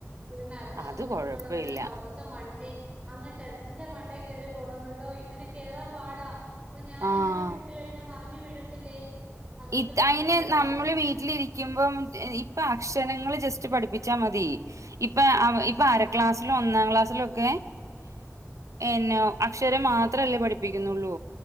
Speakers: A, on the right; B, on the right.
A: ഇവർ നടക്കാൻ
B: അത്
A: ബുദ്ധിമുട്ടുള്ളത്കൊണ്ട്
B: കൊഴപ്പല്ല.
A: മദ്രസ മണ്ടേ അങ്ങനെ ടെറിസിന്റെ മണ്ട യറി പോണം കേട്ടോ ഇവനെ കേയറാ പാടാ അപ്പൊ ഞാൻ
B: ആഹ്.
A: എങ്ങനെ വിട്ട കഴിഞ്ഞ മ റിഞ്ഞ വീഴത്തില്ലേ അതുകൊണ്ട്
B: ഇ
A: വിട്ടില്ല
B: അയിന് നമ്മള്
A: ഞാൻ
B: വീ വീട്ടിലിരിക്ക്പ ഇപ്പൊ അക്ഷരങ്ങ ജസ്റ്റ് പഠിപ്പിച്ചാൽ മതി ഇപ്പ ഇപ്പൊ
A: ആഹ്
B: അര ക്ലാസ്സിലും ഒന്നാം ക്ലാസ്സിലും ഒക്കെ
A: ആഹ്
B: ന്നെ അക്ഷര മാത്ര അത്രല്ലേ പഠിപ്പിക്കുന്നുള്ളൂ